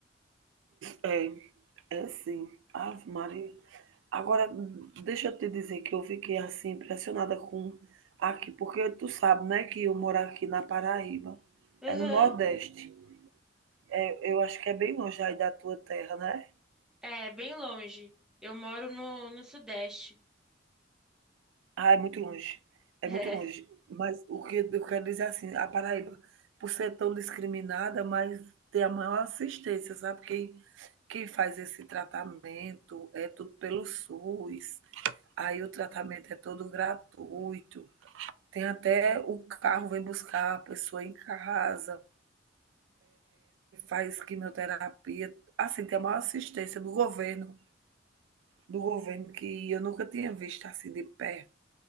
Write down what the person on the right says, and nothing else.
É, é sim. Ave Maria. Agora, deixa eu te dizer que eu fiquei assim impressionada com aqui, porque tu sabe, né, que eu moro aqui na Paraíba,
é no Nordeste. Eu, eu acho que é bem longe aí da tua terra, né?
Ah, é muito longe, é
muito longe.
Mas o que eu quero dizer assim, a Paraíba, por ser tão discriminada, mas tem a maior assistência, sabe? Quem, quem faz esse tratamento é tudo pelo SUS, aí o tratamento é todo gratuito. Tem até o carro vem buscar a pessoa em casa, faz quimioterapia. Assim, tem a maior assistência do governo, do governo que eu nunca tinha visto assim de perto.